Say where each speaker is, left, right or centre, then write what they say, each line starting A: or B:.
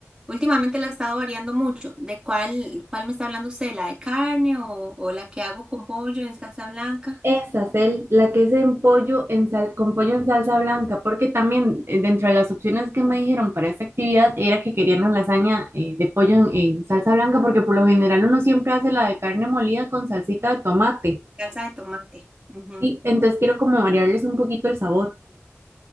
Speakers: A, on the right (about 20°); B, on the right (about 60°).
A: últimamente la he estado variando mucho. ¿De cuál, cuál me está hablando usted? ¿La de carne o, o la que hago con pollo en salsa blanca?
B: Esa es el, la que es en pollo en sal, con pollo en salsa blanca, porque también eh, dentro de las opciones que me dijeron para esta actividad era que querían la lasaña eh, de pollo en, en salsa blanca, porque por lo general uno siempre hace la de carne molida con salsita de tomate.
A: Salsa de tomate. Ujú.
B: Sí, entonces quiero como variarles un poquito el sabor.